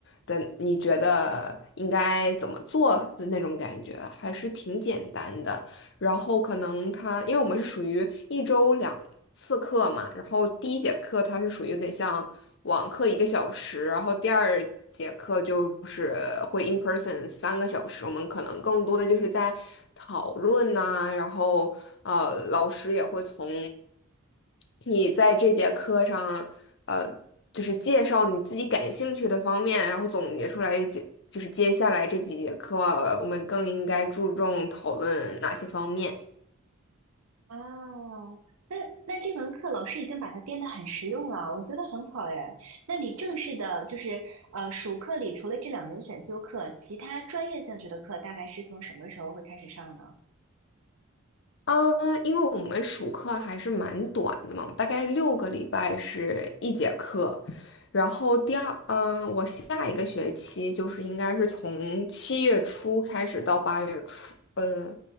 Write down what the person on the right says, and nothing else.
哦，那那这门课老师已经把它编得很实用了，我觉得很好哎。那你正式的，就是呃，暑课里除了这两门选修课，其他专业性质的课大概是从什么时候会开始上呢？